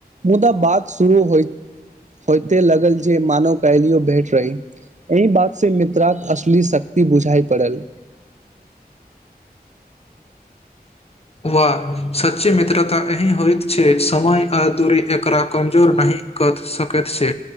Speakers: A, on the right; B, on the left.
A: मुदा बात शुरू होइत होइते लगल जे मानो काइलियो भेंट रही एहि बात से मित्राक असली शक्ति बुझाइ पड़ल
B: वा सच्ची मित्रता एहि होइत छै समय आ दूरी एकरा कमजोर नहि कत सकैत छै